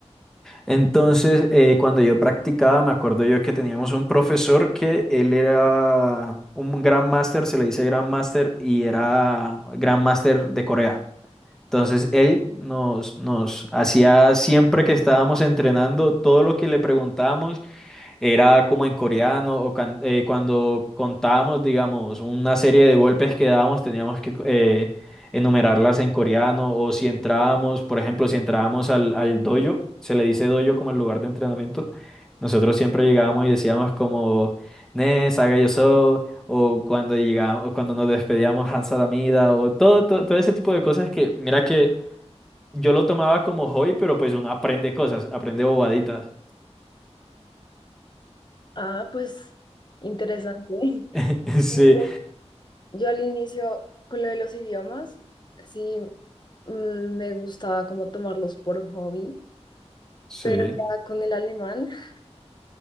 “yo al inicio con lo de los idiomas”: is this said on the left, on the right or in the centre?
Left